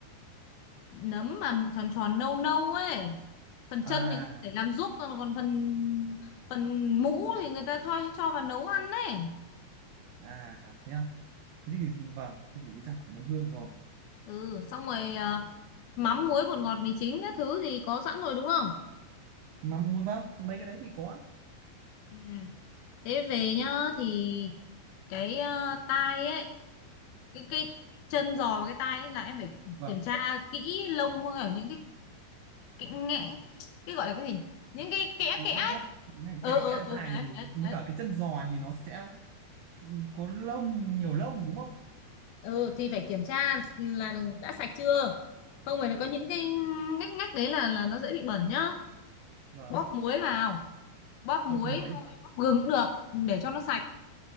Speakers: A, on the left (about 75°); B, on the right (about 85°).
A: nấm mà tròn tròn nâu nâu ấy phần
B: à
A: chân thì người ta để làm ruốc còn còn phần phần mũ thì người ta thôi cho vào nấu ăn ấy
B: à thế à thế thì vâng thế thì cứ ra hỏi nấm hương rồi
A: ừ xong rồi à, mắm muối bột ngọt mì chính các thứ thì có sẵn rồi đúng không
B: mà m- vâng mấy cái đấy thì có
A: ừ. thế về nhá thì cái ờ, tai ấy cái cái chân giò và cái tai ấy là em phải
B: vâng
A: kiểm tra kỹ lông ở những cái cái ngẽ cái gọi là cái gì nhỉ? những cái kẽ
B: thì
A: kẽ ấy.
B: ngay ngách ngay-
A: ờ
B: kẽ
A: ờ
B: kẽ ở
A: ờ
B: tai
A: đấy
B: thì
A: đấy
B: mới
A: đấy
B: cả cái chân giò thì nó sẽ có lông nhiều lông đúng không
A: ờ thì phải kiểm tra là
B: vâng
A: đã sạch chưa không phải là có những cái ngách ngách đấy là là nó dễ bị bẩn nhá
B: vâng
A: bóp muối vào bóp muối
B: bốc muối
A: rồi bóp gừng cũng được để cho nó sạch